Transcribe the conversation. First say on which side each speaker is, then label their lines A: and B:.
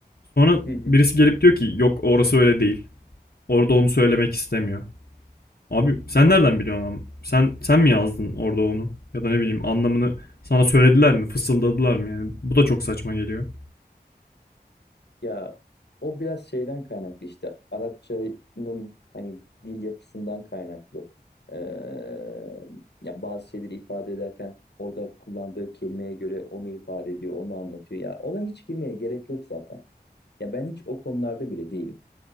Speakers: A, on the left (about 60°); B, on the left (about 80°).
A: Sonra
B: hı hı.
A: birisi gelip diyor ki yok orası öyle değil. Orada onu söylemek istemiyor. Abi sen nereden biliyorsun ama? Sen sen mi yazdın orada onu? Ya da ne bileyim
B: hı
A: anlamını sana söylediler mi? Fısıldadılar mı yani? Bu da çok saçma geliyor.
B: Ya o biraz şeyden kaynaklı işte Arapçanın hani dil yapısından kaynaklı. Ee, ya bazı şeyleri ifade ederken orada kullandığı kelimeye göre onu ifade ediyor, onu anlatıyor. Ya ona hiç girmeye gerek yok zaten. Ya ben hiç o konularda bile değilim.